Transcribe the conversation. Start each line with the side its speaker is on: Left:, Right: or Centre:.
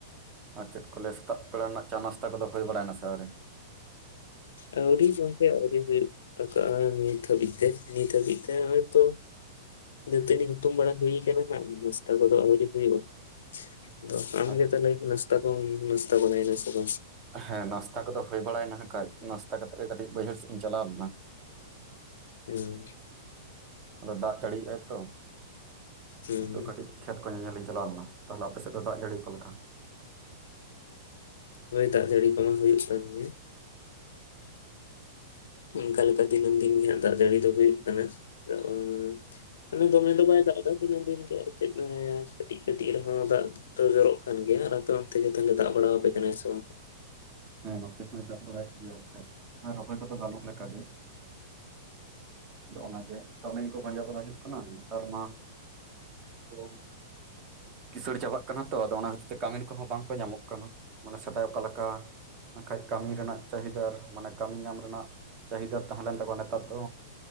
Right: ᱟᱨ ᱪᱮᱫ ᱠᱚ ᱞᱟᱹᱭᱟ ᱥᱮᱛᱟᱜ ᱵᱮᱲᱟ ᱨᱮᱱᱟᱜ ᱪᱟ ᱱᱟᱥᱛᱟ ᱠᱚᱫᱚ ᱦᱳᱭ ᱵᱟᱲᱟᱭᱮᱱᱟ ᱥᱮ ᱟᱹᱣᱨᱤ?
Left: ᱟᱹᱣᱨᱤ ᱜᱚᱝᱠᱮ ᱟᱹᱣᱨᱤ ᱦᱩᱭᱩᱜ᱾ ᱟᱠᱟᱼᱟᱭ ᱱᱤᱛ ᱦᱟ. ᱵᱤᱡ ᱛᱮ, ᱱᱤᱛ ᱦᱟᱹᱵᱤᱡ ᱛᱮ ᱦᱚᱭ ᱛᱚ ᱫᱟᱹᱛᱟᱹᱱᱤ ᱦᱩᱛᱩᱢ ᱵᱟᱲᱟ ᱦᱩᱭ ᱟᱠᱟᱱᱟ ᱱᱷᱟᱸᱜ, ᱱᱟᱥᱛᱟ ᱠᱚᱫᱚ ᱟᱹᱣᱨᱤ ᱦᱩᱭᱩᱜᱼᱟ? ᱟᱫᱚ ᱟᱢ
Right: ᱟᱪ-
Left: ᱜᱮ ᱛᱟᱦᱮᱞᱮ ᱱᱟᱥᱛᱟ ᱠᱚᱢ ᱱᱟᱥᱛᱟ ᱵᱟᱲᱟ ᱭᱮᱱᱟ ᱥᱮ ᱵᱟᱝ?
Right: ᱦᱮᱸ ᱱᱟᱥᱛᱟ ᱠᱚᱫᱚ ᱦᱳᱭ ᱵᱟᱲᱟᱭᱮᱱᱟ ᱦᱮᱸ ᱠᱷᱟᱡ ᱱᱟᱥᱛᱟ ᱠᱟᱛᱮᱫ ᱜᱮ ᱠᱟᱹᱴᱤᱡ ᱵᱟᱹᱭᱦᱟᱹᱲ ᱥᱮᱫ ᱤᱧ ᱪᱟᱞᱟᱣ ᱞᱮᱱᱟ᱾
Left: ᱩᱸ
Right: ᱟᱫᱚ ᱫᱟᱜ ᱡᱟᱹᱲᱤᱭᱮᱜᱼᱟᱭ ᱛᱚ
Left: ᱦᱩᱸ
Right: ᱟᱫᱚ ᱠᱟᱹᱴᱤᱡ ᱠᱷᱮᱛ ᱠᱚ ᱧᱮᱧᱮᱞ ᱤᱧ ᱪᱟᱞᱟᱣ ᱞᱮᱱᱟ, ᱛᱟᱦᱚᱞᱮ ᱟᱯᱮ ᱥᱮᱫ ᱫᱚ ᱫᱟᱜ ᱡᱟᱹᱲᱤ ᱚᱠᱟ ᱞᱮᱠᱟ?
Left: ᱦᱳᱭ ᱫᱟᱜ ᱡᱟᱹᱲᱤ ᱠᱚᱢᱟ ᱦᱩᱭᱩᱜ ᱠᱟᱱ ᱜᱮ᱾
Right: <inaudible>
Left: ᱚᱱᱠᱟ ᱞᱮᱠᱟ ᱫᱤᱱᱟᱹᱢ ᱫᱤᱱ ᱜᱮ ᱦᱟᱸᱜ ᱫᱟᱜ ᱡᱟᱹᱲᱤ ᱫᱚ ᱦᱩᱭᱩᱜ ᱠᱟᱱᱟ, ᱟᱫᱚ ᱚᱱ ᱚᱱᱮ ᱫᱚᱢᱮ ᱫᱚᱢᱮ ᱫᱟᱜ ᱮᱫᱟᱭ ᱫᱤᱱᱟᱹᱢ ᱫᱤᱱ ᱜᱮ ᱟᱨ ᱪᱮᱫ ᱢᱮᱱᱼᱟᱸ, ᱠᱟᱹᱴᱤᱡ ᱠᱟᱹᱴᱤᱡ ᱨᱮᱦᱚᱸ ᱫᱟᱜ ᱫᱚ ᱡᱚᱨᱚᱜ ᱠᱟᱱ ᱜᱮᱭᱟ, ᱟᱨ ᱟᱯᱮ ᱚᱱᱛᱮ ᱜᱮ ᱛᱟᱦᱮᱞᱮ ᱫᱟᱜ ᱵᱟᱲᱟᱣ ᱟᱯᱮ ᱠᱟᱱᱟ ᱥᱮ ᱵᱟᱝ?
Right: ᱦᱮᱸ ᱱᱚᱛᱮ ᱦᱚᱸᱭ ᱫᱟᱜ ᱵᱟᱲᱟ ᱭᱮᱫ ᱜᱮᱭᱟ, ᱮᱸᱠᱷᱟᱡ ᱨᱚᱦᱚᱭ ᱠᱚᱫᱚ ᱜᱟᱱᱚᱜ ᱞᱮᱠᱟ ᱜᱮ᱾ ᱟᱫᱚ ᱚᱱᱟᱜᱮ ᱠᱟᱹᱢᱤᱱ ᱠᱚ ᱯᱟᱸᱡᱟ ᱵᱟᱲᱟ ᱦᱩᱭᱩᱜ ᱠᱟᱱᱟ ᱱᱮᱛᱟᱨ ᱢᱟ <unintelligible> ᱠᱤᱥᱟᱹᱬ ᱪᱟᱵᱟᱜ ᱠᱟᱱᱟ ᱛᱚ, ᱟᱫᱚ ᱚᱱᱟ ᱠᱷᱟᱹᱛᱤᱨ ᱛᱮ ᱠᱟᱹᱢᱤᱱ ᱠᱚᱦᱚᱸ ᱵᱟᱝ ᱠᱚ ᱧᱟᱢᱚᱜ ᱠᱟᱱᱟ, ᱢᱟᱱᱮ ᱥᱮᱫᱟᱭ ᱚᱠᱟ ᱞᱮᱠᱟ ᱵᱟᱸᱠᱷᱟᱡ ᱠᱟᱹᱢᱤ ᱨᱮᱱᱟᱜ ᱪᱟᱹᱦᱤᱫᱟᱨ, ᱢᱟᱱᱮ ᱠᱟᱹᱢᱤ ᱧᱟᱢ ᱨᱮᱱᱟᱜ ᱪᱟᱹᱦᱤᱫᱟᱨ ᱛᱟᱦᱮᱸ ᱞᱮᱱ ᱛᱟᱠᱚᱣᱟ ᱱᱮᱛᱟᱨ ᱫᱚ